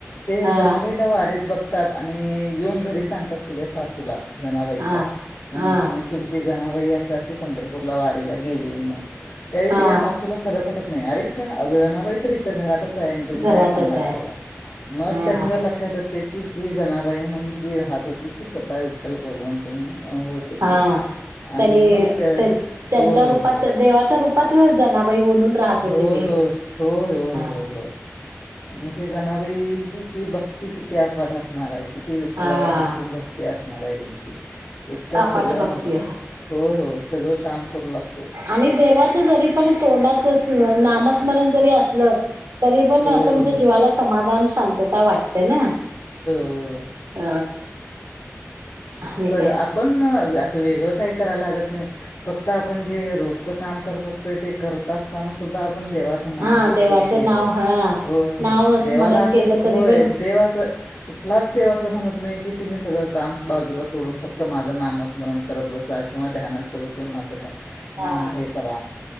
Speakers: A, on the left; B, on the right.
A: ते
B: हा
A: जनाबाईला वारीत बघ आणि येऊन घरी सांगतात तुझ्या सासूला जनाबाईच्या
B: हा हा
A: कि तुमच्या अस अ पंढरपूरला वारीला गेली म्हणून तरी
B: हा
A: तिच्या सासूला पटत नाही अरे अरेच्या इथं घरात आहे तुम्ही
B: घरातच
A: काय सांगायला
B: आहे
A: लागलात, मग
B: हा
A: त्यांना जर लक्षात येत की जी जनाबाई म्हणून जी राहत होती ती स्वतः विठ्ठल भगवंत म्हणून अं, होते
B: हा
A: ती आणि
B: त्यांनी
A: मग त्या
B: त्यांच्या
A: होय होय
B: रूपात देवाच्या रूपात जनाबाई म्हणून राहत
A: होय
B: होते ते.
A: होय होय होयय
B: हा
A: होय म्हणजे जनाबाई ची भक्ती किती अफाट असणार आहे किती विठ्ठलावर
B: हा,
A: निस्सीम भक्ती असणार आहे त्यांची विठ्ठल
B: अपाट
A: सगळं
B: भक्ती
A: माग होय, होय सगळं काम करू लागत
B: आणि देवाच जरी पण तोंडाच नामस्मरण जरी असलं तरी पण
A: होय
B: असं
A: होय
B: म्हणजे जीवाला समाधान शांतता वाटते ना?
A: हो.
B: अ आणि
A: सगळ
B: काय
A: आपण असं वेगळं काही करायला लागत नाही फक्त आपण जे रोजचं काम करत असतंय ते करत असताना सुद्धा आपण देवाचं नाव
B: हा
A: घेत
B: देवाचं
A: जर केलं,
B: नाव हा
A: होय होय
B: नाव
A: देवाला
B: स्मरण
A: असंच
B: केलं तरी
A: होय
B: पण
A: देव असं कुठलाच देव असं म्हणत नाही की तुम्ही सगळं काम बाजूला सोडून फक्त माझं नामस्मरण करत बसा किंवा ध्यानास्थ बसून माझं काम
B: हा
A: ना मग हे करा